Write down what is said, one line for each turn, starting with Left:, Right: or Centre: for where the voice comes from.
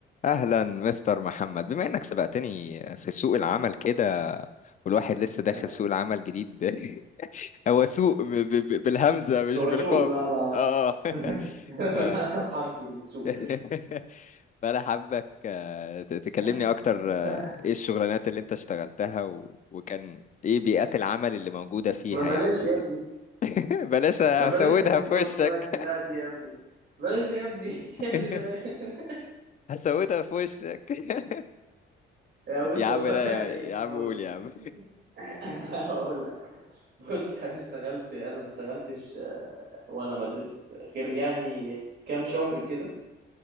Left: اهلا مستر محمد بما انك سبقتني في سوق العمل كده والواحد لسه داخل
Right: آه.
Left: سوق العمل جديد ده <laughs> هو سوق ب- ب- ب- بالهمزة مش
Right: هو
Left: بالقاف
Right: <laughs> سوق بمعنى
Left: اه
Right: <laughs>
Left: <laughs>
Right: بمعنى
Left: ف...
Right: حرفي للسوق
Left: <laughs> فانا حابك آه، ت- تكلمني
Right: <laughs>
Left: اكتر آه، ايه الشغلانات اللي انت اشتغلتها و... وكان ايه بيئات العمل اللي موجودة فيها
Right: ما بلاش
Left: يعني
Right: يا ابني
Left: <laughs> بلاش هسودها
Right: ما بلاش يا ابني
Left: في
Right: الورك
Left: وشك
Right: لايف بتاعتي يا ابني بلاش يا ابني <laughs>
Left: <laughs>
Right: يا ابني بلاش <laughs>
Left: هسودها في وشك <laughs>
Right: يا بص
Left: يا عم
Right: هو أنا
Left: لا
Right: ايه
Left: يا, يا عم
Right: هقول
Left: قول
Right: لك
Left: يا عم
Right: <laughs> هقول لك بص انا اشتغلت انا ما اشتغلتش آه، وانا بدرس غير يعني كام شهر كده